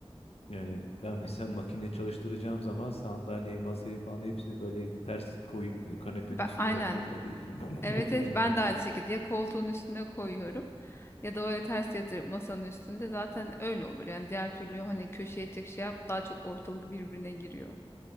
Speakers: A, on the left (about 75°); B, on the left (about 25°).
A: Yani ben mesela makine çalıştıracağım zaman sandalyeyi, masayı falan hepsini böyle ters koyup kanepenin
B: Ben,
A: üstüne
B: aynen.
A: yatırıp hadi <laughs>
B: Evet
A: makineye
B: evet ben
A: bırakıyorum.
B: de aynı şekilde ya koltuğun üstüne koyuyorum ya da öyle ters yatırıp masanın üstünde zaten öyle olur. Yani diğer türlü hani köşeye çek şey yap daha çok ortalık birbirine giriyor.